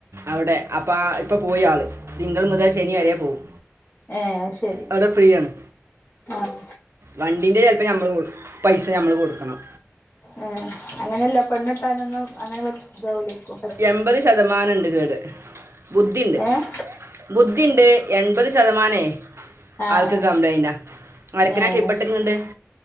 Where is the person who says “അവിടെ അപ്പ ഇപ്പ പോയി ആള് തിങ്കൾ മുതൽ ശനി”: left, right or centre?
Right